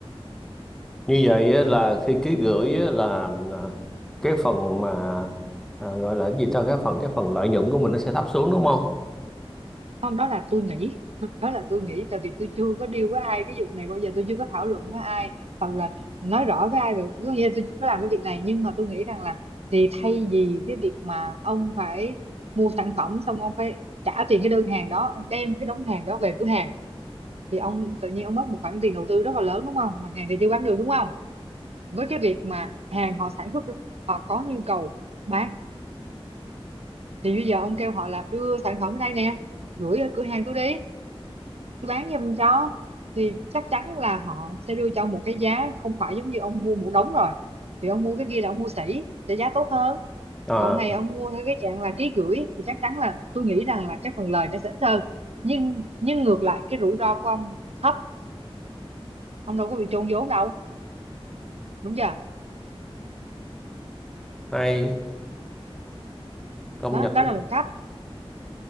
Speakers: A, in the centre; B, on the right.
A: như vậy á, là khi ký gửi á, là à, cái phần mà à, gọi là cái gì ta cái phần cái phần lợi nhuận của mình nó sẽ thấp xuống đúng không
B: không đó là tôi nghĩ <laughs> đó là tôi nghĩ tại vì tôi chưa có deal với ai cái vụ này bao giờ tôi chưa có thảo luận với ai hoặc là nói rõ với ai được có nghĩa là tôi chưa có làm cái việc này nhưng mà tôi nghĩ rằng là thì thay vì cái việc mà ông phải mua sản phẩm xong ông phải trả tiền cái đơn hàng đó em đem cái đống hàng đó về cửa hàng thì ông tự nhiên ông mất một khoản tiền đầu tư rất là lớn đúng không mà hàng thì chưa bán được đúng không với cái việc mà hàng họ sản xuất họ có nhu cầu bán thì bây giờ ông kêu họ là đưa sản phẩm ở đây nè gửi ở cửa hàng tôi đi tôi bán giùm cho thì chắc chắn là họ sẽ đưa cho ông một cái giá không phải giống như ông mua một đống rồi vì ông mua cái kia là ông mua sỉ sẽ giá tốt hơn
A: à
B: còn này ông mua theo cái dạng là ký gửi thì chắc chắn là tôi nghĩ rằng là cái phần lời nó sẽ ít hơn nhưng nhưng ngược lại cái rủi ro của ông thấp ông đâu có bị chôn vốn đâu đúng chưa
A: hay công
B: đó
A: nhận
B: đó là một cách